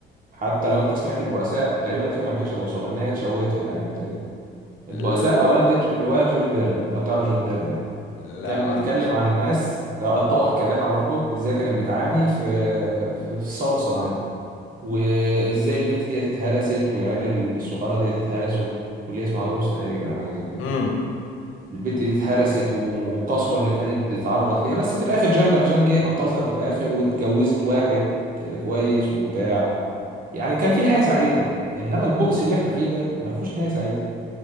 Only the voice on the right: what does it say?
حتى لو انت سمعت البؤساء تقريبا الفكرة ما كانتش هتوصل لك انها اتشوهت في الانمي تقريبا البؤساء
اولا دي رواية جول فيرن لو تعرف جول فيرن يعني
كان
بيتكلم عن الناس آه، الطبقة الكادحة برضو ازاي كانت بتعاني في في الثورة الصناعية وازاي البنت ديت اتهرست والعيال الصغيرة ديت اتهرسوا واللي هي اسمها روز تقريبا أو حاجة زي كده
البت دي اتهرست والقسوة اللي كانت بتتعرض ليها بس في الآخر جنبل جان جه أنقذها في الآخر واتجوزت واحد كويس وبتاع يعني كان في نهاية سعيدة إنما البؤس اللي إحنا فيه ده ما فيهوش نهاية سعيدة